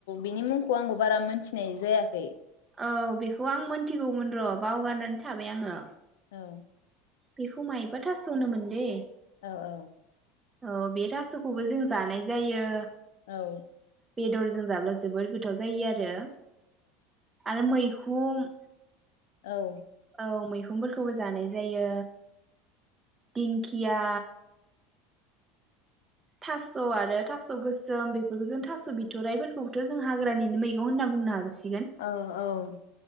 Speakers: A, on the left; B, on the right.
A: बिनि मुंखौ आंबो बारा मोनथिनाय जायाखै।
B: औ बेखौ आं मोनथिगौमोन र बावगारनानै थाबाय आङो
A: औ।
B: बेखौ माइबा थास होनोमोनले
A: औ औ।
B: औ बे थासखौबो जों जानाय जायो
A: औ।
B: बेदरजों जाब्ला जोबोद गोथाव जायो आरो आरो मैखौ हुम
A: औ।
B: औ मैखंफोरखौबो जानाय जायो दिंखिया थास आरो थास गोसोम बेफोरखौ जों थास बिथराइफोरखौबोथ' जों हाग्रानिनो मैगं होनना बुंनो हागौसि
A: औ औ।